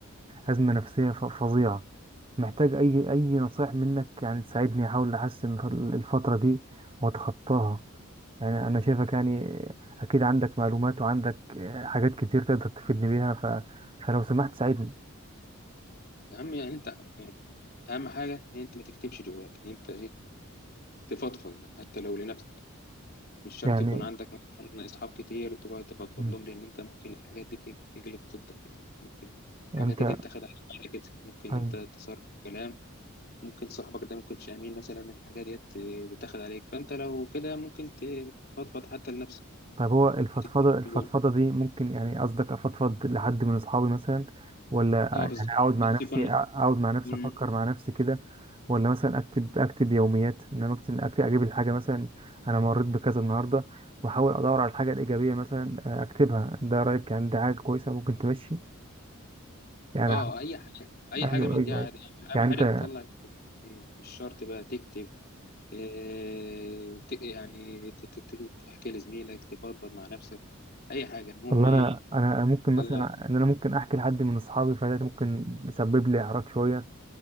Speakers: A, on the right; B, on the left.
A: أزمة نفسية ف- فظيعة محتاج أي أي نصايح منك يعني تساعدني أحاول أحسن الفترة دي وأتخطاها يعني أنا شايفك يعني أكيد عندك معلومات وعندك آه، حاجات كتير تقدر تفيدني بيها ف... فلو سمحت ساعدني
B: أهم يعني انت أهم حاجة ان انت ما تكتمش جواك ان انت ايه تفضفض يعني حتى لو لنفسك مش شرط
A: يعني
B: يكون عندك مثلا أصحاب كتير تقعد تفضفض
A: مم.
B: لهم لأن انت ممكن الحاجات دي بتج- تجلب ضدك يعني انت ممكن الحاجات
A: أنت
B: دي تتاخد عليك بعد كده ممكن
A: أيوة.
B: انت تصرف كلام ممكن صاحبك ده ما يكونش امين مثلا الحاجه ديت آه، تاخد عليك فانت لو كده ممكن تفضفض حتى لنفسك
A: طب هو الفضفضة
B: ما تكتبش
A: الفضفضة
B: جوه
A: دي ممكن يعني قصدك أفضفض لحد من أصحابي مثلا ولا
B: اه بالظبط
A: يعني أقعد مع
B: بس
A: نفسي
B: يكون
A: أقعد مع نفسي
B: يكون-
A: أفكر مع نفسي كده ولا مثلا أكتب أكتب يوميات إنما أكتب أكتب أجيب الحاجة مثلا أنا مريت بكذا النهاردة وأحاول أدور على الحاجة الإيجابية مثلا آه، أكتبها ده رأيك يعني ده حاجة كويسة ممكن تمشي يعني
B: اه اي حاجه اي
A: ايوه
B: حاجه من
A: ايوه
B: دي عادي
A: ايوه يعني
B: اهم حاجه
A: انت
B: تطلع مم، مش شرط بقى تكتب آه، ت- يعني ت- ت- ت- تحكي لزميلك تفضفض مع نفسك اي حاجه المهم
A: والله
B: ايه
A: انا انا ممكن
B: تطلع
A: مثلا ان انا ممكن احكي لحد من اصحابي فده ممكن يسبب لي اعراض شويه